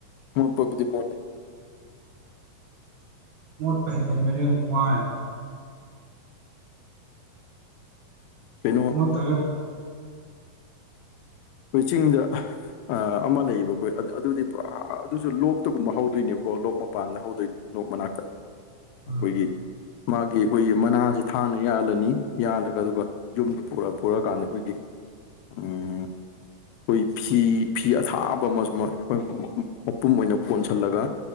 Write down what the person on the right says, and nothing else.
ꯃꯣꯠ ꯄ ꯃꯅꯅꯨꯡꯉꯥꯏ
ꯃꯣꯠꯇ꯭ꯔꯒ
ꯎꯝ